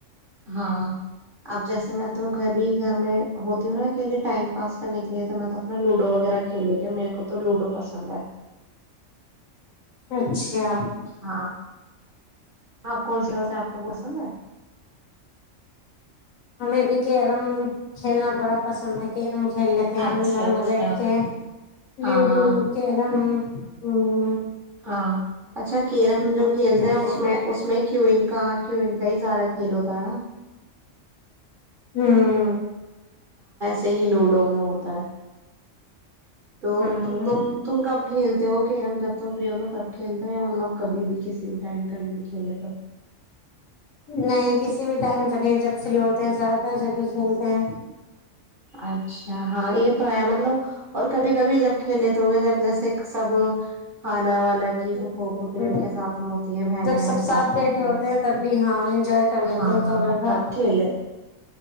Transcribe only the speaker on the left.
اچھا کیا
ہمیں بھی کہ رم کھیلنا بڑا پسند ہے کہ رم کھیل لیتے ہیں
ہم بھی گھر
میں بیٹھ کے
لوڈو
کیرم ہوں <inaudible>
کھیل لیتے
ہوں <inaudible>
ہ
نہیں کسی بھی ٹائم سے نہیں جب فری ہوتے ہیں زیادہ تر جب بھی کھیلتے ہیں
ہوں
جب
سب
بیٹھے
ہوتے
تب بھی ہاں انجوائے کر لیتے
ہیں تھوڑا سا